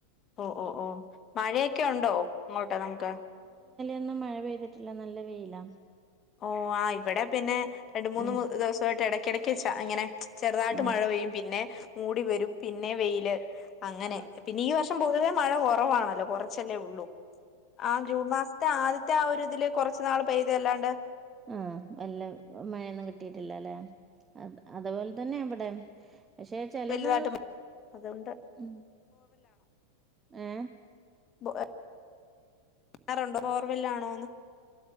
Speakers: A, on the left (about 30°); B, on the right (about 20°).
A: ഓഓ ഓ മഴയൊക്കെ ഉണ്ടോ ഇങ്ങോട്ട് നമുക്ക്
B: ന്നും മഴ പെയ്തിട്ടില്ല നല്ല വെയയില
A: ഓ ആ ഇവിടെ പിന്നെ രണ്ട മൂന്ന്
B: ഉം
A: ദിവസമായിട്ട് ഇടക്കിടക്ക് വെച്ചാ അങ്ങനെ ചെറുതായിട്ട്
B: ഉം
A: മഴ പെയ്യും പിന്നെ മൂടി വരും പിന്നെ വെയില് അങ്ങനെ
B: ആ
A: പിന്നെ ഈ വർഷം പക്ഷെ പൊതുവേ മഴ കുറവാണല്ലോ കുറച്ചല്ലേ ഉള്ളൂ ആ ജൂൺ മാസത്തെ ആദ്യത്തെ മറ്റ ആ ഒരുരിതില് കുറച്ച് നാൾ പെയ്ത അല്ലാണ്ട്
B: ആ വല്ല മഴയൊന്നും കിട്ടിയിട്ടില്ല അല്ലെ അ അതുപോലെ തന്നെ ഇവിടെ പക്ഷെ ചിലത്
A: വലുതായിട്ട് മ- അതുകൊണ്ട്
B: ഉ ഏ
A: ബ <unintelligible> കാറുണ്ടോ <unintelligible> ബോർവില്ലാണോന്ന്